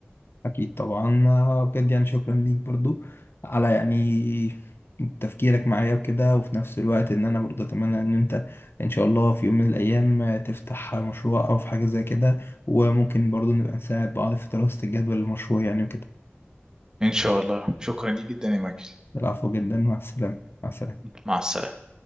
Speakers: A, on the left; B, on the right.
A: اكيد طبعا آه، بجد يعني شكرا ليك برضو على يعني تفكيرك معايا وكده وفي نفس الوقت ان انا برضو اتمنى ان انت ان شاء الله في يوم من الايام آه، تفتح مشروع او في حاجة زي كده وممكن برضو نبقى نساعد بعض في دراسة الجدول المشروع يعني وكده
B: ان شاء الله شكرا ليك جدا يا ماجد
A: العفو جدا مع السلامة مع السلامة
B: مع السلامه